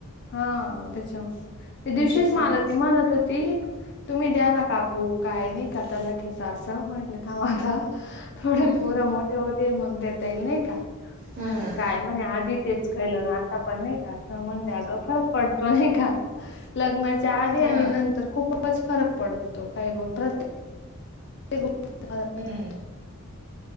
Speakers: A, on the left (about 50°); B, on the right (about 40°).
A: हा त्याच्या मुळे त्या दिवशीच
B: त्याच्यामुळेच
A: मला ती म्हणत होती तुम्ही द्या ना काकू काय नाही का तलाठीच असं म्हटलं थांब आता थोडे
B: हम्
A: पोरं
B: हम
A: मोठ ते होऊ दे मग देता येईल नाही का
B: हा
A: म्हणते काय म्हणे आधी तेच केलं आता पण नाही का असं म्हणाले अगं फरक पड तो नाही का? लग्नाच्या आधी
B: हा
A: आणि नंतर खूपच फरक पडतो काही ग प्रत्ये क गोष्टीत फरक
B: हम्म
A: राहतो.